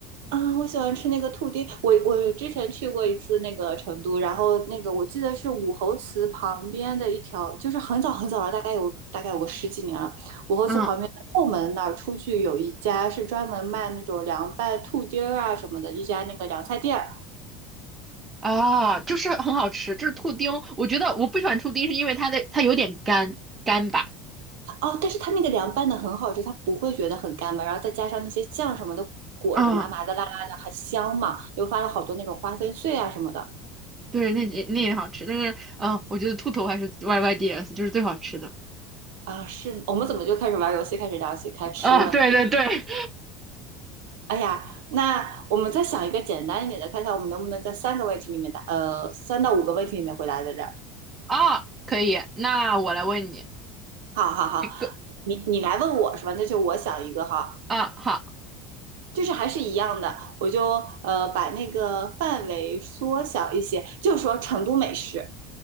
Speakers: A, on the right; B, on the right.
A: 啊，我喜欢吃那个兔丁。我我之前去过一次那个成都，然后那个我记得是武侯祠旁边的一条，就是很早很早了，大概有大概有个十几年了。武侯祠旁边的后门那儿出去有一家是专门卖那种凉拌兔丁儿啊什么的，
B: 嗯。
A: 一家那个凉菜店儿。
B: 啊，就是很好吃，就是兔丁。我觉得我不喜欢兔丁，是因为它的它有点干干吧。
A: 哦，但是它那个凉拌的很好吃，它不会觉得很干巴，然后再加上那些酱什么的裹着，
B: 嗯，
A: 麻麻的、辣辣的，还香嘛，又发了好多那种花生碎啊什么的。
B: 对，那也那也好吃，但是嗯，我觉得兔头还是 YYDS 就是最好吃的。
A: 啊，是，我们怎么就开始玩游戏，开始聊起开吃了呢？
B: <laughs> 啊，对对对，
A: 哎呀，那我们再想一个简单一点的，看看我们能不能在三个问题里面答，呃，三到五个问题里面回答在这儿。
B: 啊，可以。那我来问你
A: 好好好，
B: 一个，
A: 你你来问我是吧？那就我想一个哈，
B: 啊，好，
A: 就是还是一样的，我就呃把那个范围缩小一些，就说成都美食。